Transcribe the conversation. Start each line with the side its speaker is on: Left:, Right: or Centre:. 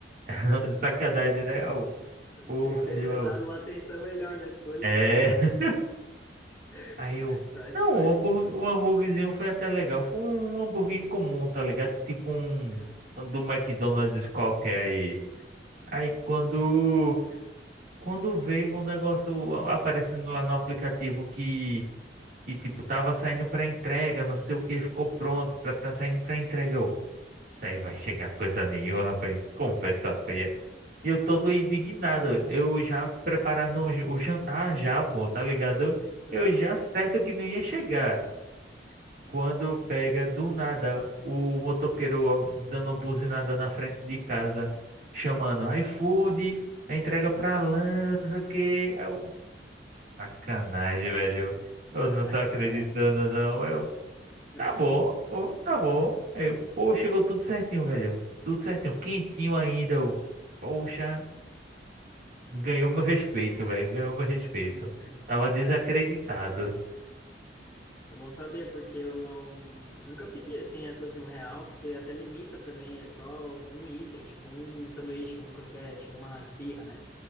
Right: <laughs> Sacanagem, né? Eu, pô,
Left: Tinha
Right: velho,
Left: que ter
Right: eu,
Left: dado uma atenção melhor na escolha
Right: é.
Left: que chegou, né? <laughs>
Right: Aí eu.
Left: Mas faz
Right: Não,
Left: parte.
Right: o hambúrguer, o hambúrguerzinho foi até legal. Foi um um hambúrguer comum, tá ligado? Tipo um,
Left: É.
Right: um do McDonald's qualquer aí. Aí quando, quando veio um negócio a- aparecendo lá no aplicativo que, que tipo, tava saindo pra entrega, não sei o que, ficou pronto pra tá saindo pra entrega. Eu, isso aí vai chegar coisa nenhuma, rapaz. Conversa feia. E eu todo indignado. Eu já preparando o j- o jantar já, pô, tá ligado?
Left: Nossa.
Right: Eu já certo que não ia chegar. Quando pega do nada o motoqueiro dando uma buzinada na frente de casa, chamando iFood, a entrega
Left: Uhum.
Right: pra lá, não sei o quê. Aí eu, sacanagem, velho. Eu
Left: Ah,
Right: não tô acreditando, não. Aí Eu,
Left: <laughs> é
Right: tá
Left: bom,
Right: bom,
Left: bom.
Right: ô, tá bom. Aí eu, pô, chegou tudo certinho, velho. Tudo certinho, quentinho ainda. eu, poxa, ganhou meu respeito, velho. Ganhou meu respeito.
Left: Uhum.
Right: Tava desacreditado.
Left: É bom saber, porque eu não nunca pedi assim essas de um real, porque até limita também, é só um item, tipo um sanduíche, um croquete, uma esfirra, né?